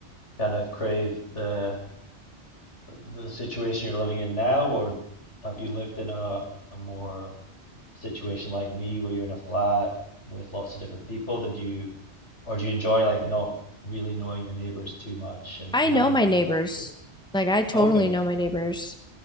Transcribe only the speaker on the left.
kind of craved the the situation you're living in now, or have you lived in a a more situation like me where you're in a flat with lots of different people? Did you, or do you enjoy like not really knowing your neighbors too much and,
and having
that
privacy?
Okay,